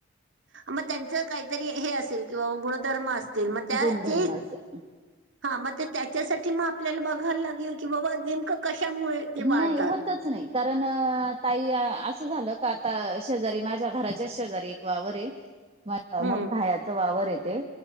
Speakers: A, on the right; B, on the right.
A: मग त्यांचं काहीतरी हे असेल किंवा गुणधर्म असतील मग त्या
B: गुणधर्माचे
A: ते हा मग ते त्याच्यासाठी मग आपल्याला बघायला लागेल की बाबा नेमकं कशामुळे ते वाळतात.
B: नाही होतच नाही. कारण ताई असं झालं का आता शेजारी माझ्या घराच्याच शेजारी एक वावर हे
A: <inaudible>
B: ग
A: हं,
B: हयाचा वावर येते